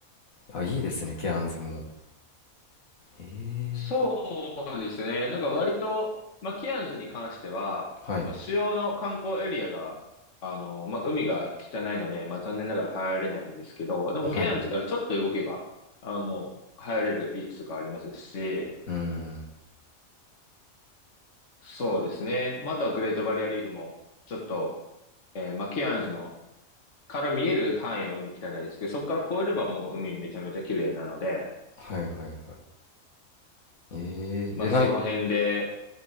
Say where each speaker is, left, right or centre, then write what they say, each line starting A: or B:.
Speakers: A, on the left (about 70°); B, on the left (about 55°).
A: あ、いいですね、ケアンズも。へえ。
B: そうですね。なんか割と、まあ、ケアンズに関しては、
A: はい。
B: その主要の観光エリアが、あの、まあ、海が汚いので、まあ、残念ながら入れないんですけど、でもケアンズからちょっと動けば、
A: はい。
B: あもう入れるビーチとかありますし、
A: うーん。
B: そうですね。まあ、あとはグレートバリアリーフも、ちょっとえーマキアンズのから見える範囲は海汚いですけど、そこから越えればもう海めちゃめちゃ綺麗なので、
A: はいはいはい。えー、
B: まあその辺で、
A: え、ない、